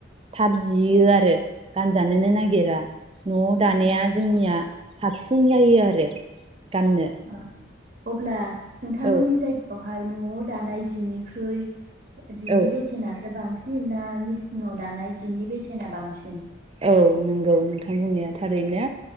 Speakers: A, on the right; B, on the right.
A: थाब जियो
B: औ
A: आरो। गानजानो नो नागिरा। नआव
B: उम
A: दानाया जोंनिया साबसिन जायो आरो। गाननो
B: औ अब्ला नोंथांमोननि
A: औ
B: जाय बेवहाय नआव दानाय जिनिख्रुइ जिनि
A: औ
B: बेसेना बांसिन ना मिसिनाव दानाय जिनि बेसेना बांसिन?
A: औ नोंगौ नोंथां बुंनाया थारैनो